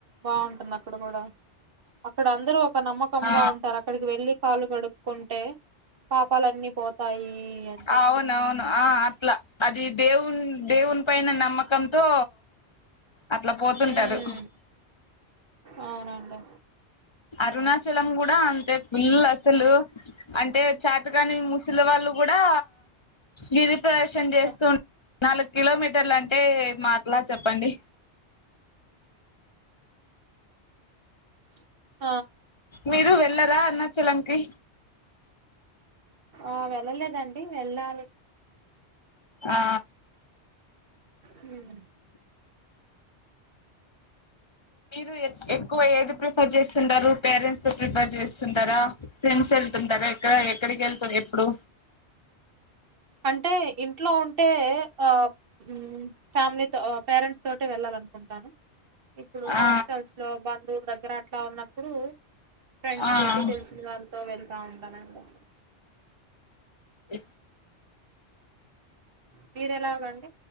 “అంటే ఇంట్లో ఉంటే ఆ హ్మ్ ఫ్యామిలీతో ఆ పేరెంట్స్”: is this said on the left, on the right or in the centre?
Right